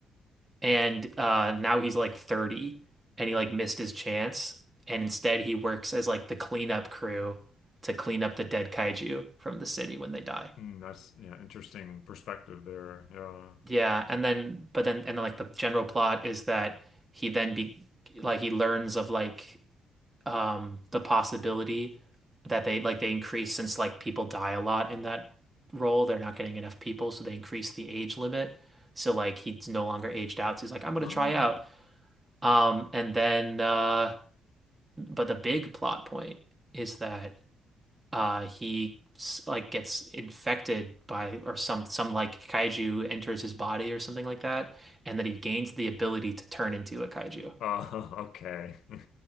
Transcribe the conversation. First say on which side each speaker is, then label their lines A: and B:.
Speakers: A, on the right; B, on the left.
A: and uh, now he's like 30, and he like missed his chance, and instead he works as like the cleanup crew to clean up the dead kaiju from the city when they die.
B: Mm, that's yeah, interesting perspective there. Yeah.
A: Yeah, and then, but then, and then like the general plot is that he then be like he learns of like um the possibility that they like they increase since like people die a lot in that role they're not getting enough people so they increase the age limit so like he's no longer aged out so he's like I'm gonna
B: Ah,
A: try out um and then uh but the big plot point is that uh he like gets infected by or some some like kaiju enters his body or something like that and that he gains the ability to turn into a kaiju
B: uh, <laughs> okay. <laughs>